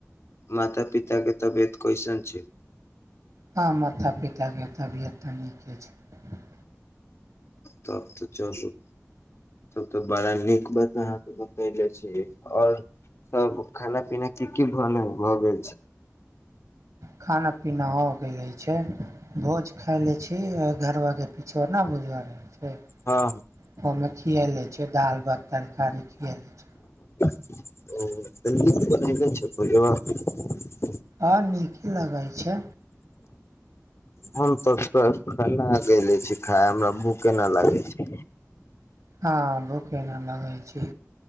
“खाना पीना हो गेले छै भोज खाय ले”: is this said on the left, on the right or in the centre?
Right